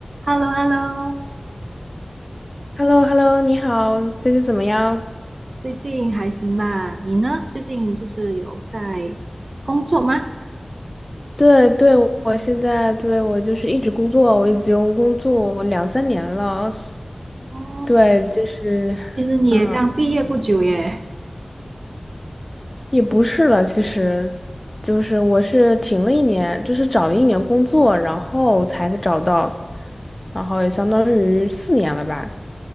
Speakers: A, on the right; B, on the left.
A: h e l l o h e l l o
B: h e l l o h e l l o 你好，最近怎么样？
A: 最近还行吧？你呢？最近就是有在工作吗？
B: 对对，我现在对我就是一直工作，我已经工作两三年了，
A: 哦，
B: 对，就是，
A: 其实你也刚毕业不久耶。
B: 嗯，也不是了，其实就是我是停了一年，就是找了一年工作，然后才找到，然后也相当于四年了吧，